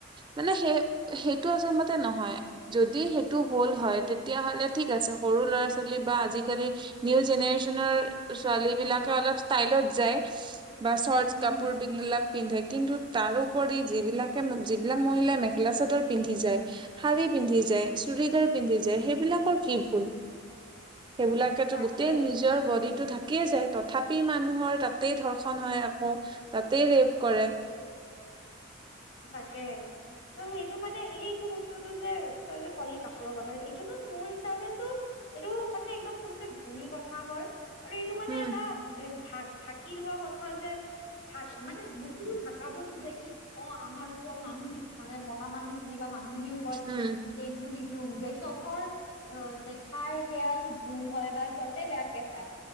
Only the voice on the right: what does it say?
মানে সেই সেইটো আচল মতে নহয় যদি সেইটো হল হয় তেতিয়াাহ'লে ঠিক আছে সৰু ল'ৰা ছোৱালী বা আজিকালি নিউ জেনেৰেচনৰ ছোৱালী বিলাকে অলপ ষ্টাইলত যায় বা শৰ্ট
কাপোৰলাক
পিন্ধে কিন্তু তাৰ উপৰি যিবিলাকে যিবিলাক মহিলাই মেখেলা চাদৰ পিন্ধি যায় শাৰী পিন্ধি যায় চুৰিদাৰ পিন্ধি যায় সেইবিলাকৰ কি ভুল
সেইবিলাকেতো
গোটেই নিজৰ বডি টো থাকিয়ে যায় তথাপ পি মানুহৰ তাতেই ধৰ্ষণ হয় আকৌ তাতেই ৰেপ কৰে
উম
উম